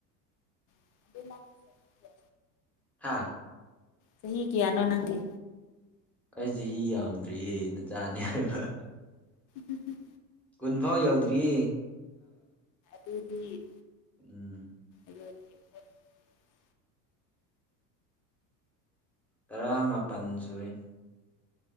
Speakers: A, on the left; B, in the centre.
A: ꯑꯗꯨ
B: ꯍꯥꯥ
A: ꯁꯍꯤ ꯀꯌꯥꯅꯣ ꯅꯗꯤ
B: ꯑꯩ ꯆꯍꯤ ꯌꯥꯝꯗ꯭ꯔꯤꯌꯦ ꯅ ꯆꯥꯅꯤ ꯍꯥꯏꯕ
A: ꯎꯝ
B: ꯀꯨꯟꯐꯥꯎ ꯌꯧꯗ꯭ꯔꯤꯌꯦ
A: ꯗꯤ
B: ꯎꯝ
A: <unintelligible>
B: ꯇꯔꯥꯃꯥꯄꯜ ꯁꯨꯔꯦ